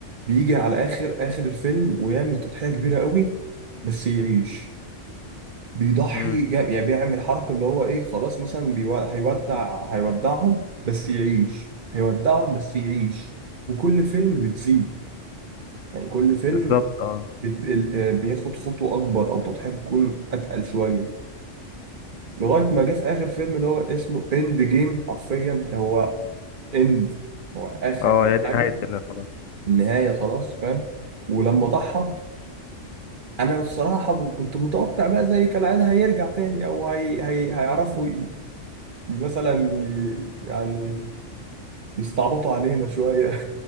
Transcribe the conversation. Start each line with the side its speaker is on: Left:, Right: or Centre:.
Right: بيجي على اخر اخر الفيلم ويعمل تضحية كبيرة قوي بس يعيش بيضحي
Left: امم
Right: جا- يعني بيعمل حركة اللي هو إيه خلاص مثلا بيو- هيودع هيودعهم بس يعيش هيودعهم بس يعيش وكل فيلم بتزيد يعني كل فيلم
Left: بالظبط اه
Right: بت- ال- آه، بياخد خطوة أكبر أو تضحية بتكون أتقل شوية لغاية ما جه في آخر فيلم اللي هو اسمه إند جيم حرفيا هو إند هو آخر
Left: اه هي دي
Right: حاجة
Left: نهايه ال- خلاص
Right: النهاية خلاص فاهم ولما ضحى أنا الصراحة كنت متوقع بقى زي كالعادة هيرجع تاني أو هي... هي... هيعرفوا مثلا ي- يعني يستعبطوا علينا شوية